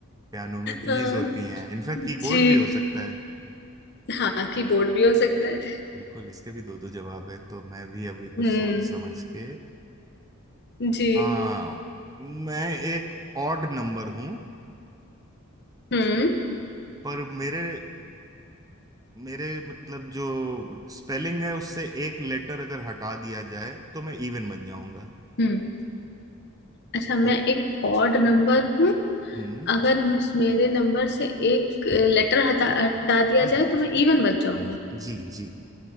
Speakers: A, on the right; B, on the left.
A: पियानो में कीज
B: हाँ,
A: होती हैं इनफैक्ट
B: जी
A: कीबोर्ड भी हो सकता है
B: हाँ कीबोर्ड भी हो सकता है
A: बिल्कुल इसके भी दो दो जवाब है तो मैं भी अभी कुछ
B: हम्म
A: सोच समझ के
B: जी
A: हाँ मैं एक ऑड नंबर हूं
B: हम्म
A: पर मेरे मेरे मतलब जो स्पेलिंग है उससे एक लेटर अगर हटा दिया जाए तो मैं इवन बन जाऊंगा
B: हम्म अच्छा मैं
A: तो
B: एक ऑड नंबर हूँ
A: हम्म
B: अगर मुझ मेरे नंबर से एक लेटर हटा हटा दिया
A: जी
B: जाए तो मैं इवन बच जाऊंगा
A: जी जी